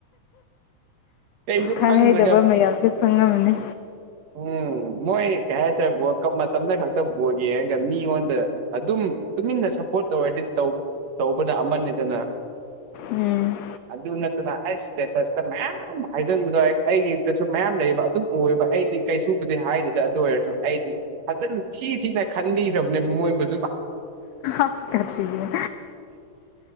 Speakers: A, on the right; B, on the left.
A: ꯀꯩꯁꯨ
B: ꯈꯪꯍꯩꯗꯕ
A: ꯈꯪꯗ꯭ꯔꯒ
B: ꯃꯌꯥꯝꯁꯦ ꯈꯪꯉꯝꯃꯅꯤ
A: ꯎꯝ ꯃꯣꯏ ꯀꯩ ꯍꯥꯏꯁꯔꯦ ꯕ ꯀꯞ ꯃꯇꯝꯗ ꯈꯛꯇ ꯕꯣꯜ ꯌꯦꯡꯉꯒ ꯃꯤꯉꯣꯟꯗ ꯑꯗꯨꯝ ꯇꯨꯃꯤꯟꯅ ꯁꯞꯄꯣꯔꯠ ꯇꯧꯔꯗꯤ ꯇꯧꯕꯅ ꯑꯃꯅꯤꯗꯅ
B: ꯎꯝ
A: ꯑꯗꯨ ꯅꯠꯇꯅ ꯑꯥꯏꯁ ꯁꯇꯦ ꯇꯁꯇ ꯃꯌꯥꯝ ꯑꯌꯥꯝ ꯍꯥꯏꯖꯟꯕꯗꯣ ꯍꯥꯏ ꯑꯩꯒꯤꯗꯁꯨ ꯃꯌꯥꯝ ꯂꯩꯕ ꯑꯗꯨꯝ ꯎꯑꯦꯕ ꯑꯩꯗꯤ ꯀꯩꯁꯨꯕꯨꯗꯤ ꯍꯥꯏꯗꯗ ꯑꯗꯨ ꯑꯣꯏꯔꯁꯨ ꯑꯩꯗꯤ ꯐꯖꯅ ꯊꯤ ꯊꯤꯅ ꯈꯟꯕꯤꯈ꯭ꯔꯕꯅꯦꯕ ꯃꯣꯏꯕꯨꯁꯨ
B: ꯑꯁ ꯀꯔꯤꯅꯣ